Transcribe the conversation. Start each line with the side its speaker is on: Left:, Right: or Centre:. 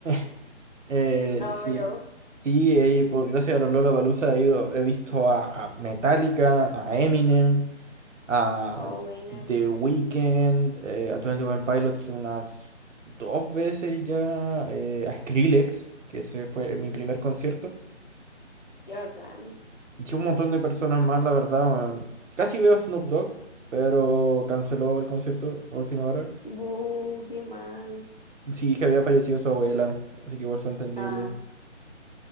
Right: <laughs> eh,
Left: No,
Right: sí.
Left: pero,
Right: Sí, eh, por gracias a los Lollapalooza he ido, he visto a, a Metallica, a Eminem. a
Left: oh, buena,
Right: The Weeknd, eh, a 21 Pilots unas dos veces ya, eh, a Skrillex, que ese fue mi primer concierto.
Left: qué bacán.
Right: Y un montón de personas más, la verdad. weón. Casi veo a Snoop Dogg, pero canceló el concierto a última hora.
Left: Buh, qué mal.
Right: Sí, que había fallecido su abuela, así que igual fue entendible.
Left: Ah,